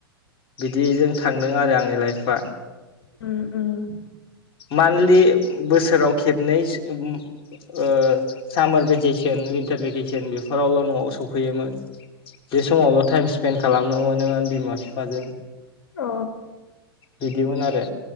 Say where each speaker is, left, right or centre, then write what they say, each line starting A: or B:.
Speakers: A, on the left (about 45°); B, on the left (about 70°).
A: बिदिजों थांदों आरो आंनि लाइफआ।
B: ओम ओम।
A: मान्दलि बोसोराव खेबनै सो ओ सामार भेकेसन। भेकेसन बेफोरावल'आव न'आव‌ स फैयोमोन बे समावलबो टाइम स्पेन्ड खालामनो मोनोमोन बिमा बिफाजों।
B: अ
A: बिदिमोन आरो